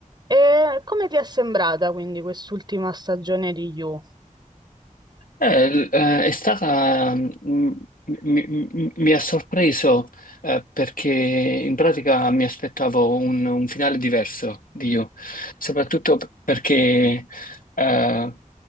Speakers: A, on the right (about 30°); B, on the left (about 80°).
A: E come ti è sembrata quindi quest'ultima stagione di You?
B: Eh, l- eh, è stata, mm, mi, mi- mi- mi ha sorpreso eh, perché in pratica mi aspettavo un, un finale diverso di You, soprattutto perché eh,